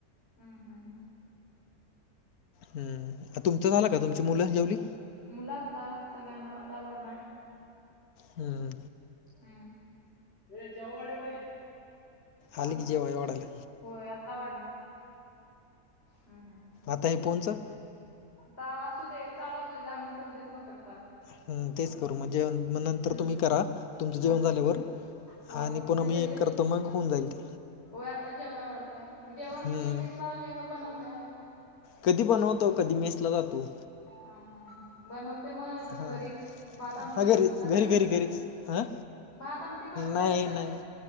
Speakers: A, on the left; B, on the left.
A: हं हं हं.
B: हम्म अ तुमचं
A: हम्म
B: झाला का तुमची मुलं जेवली?
A: मुलं आता सगळ्यांना आता वाढणार.
B: हम्म,
A: हम्म ये जेवाय वाढ ए बाई.
B: आली
A: आलो
B: की
A: जावा
B: जेवाय वाढायला.
A: होय आता वाढणार हम्म हं.
B: आता हे फोनचं.
A: आता असू दे चालू असू दे दहा मिनिटं होऊद्यात मग कट करा.
B: ह तेच करू मग जे मग
A: हम्म
B: नंतर तुम्ही करा तुमचं
A: हा
B: जेवण झाल्यावर.
A: होय
B: आणि पुन्हा
A: म्हणजे
B: मी एक करतो मग होऊन जाईल ते.
A: होय आता जेवाय वाडतो जेवण
B: हम्म,
A: तुम्ही मेस लावलेय काय बनवताय?
B: कधी बनवतो कधी मेसला जातो.
A: हा हा हा बनवते मग
B: हा
A: घरीच भात आमटी
B: हा घरी
A: का
B: घरी
A: सगळंच
B: घरी घरीच आ
A: भात आमटी बनवताय
B: नाही
A: का
B: नाही.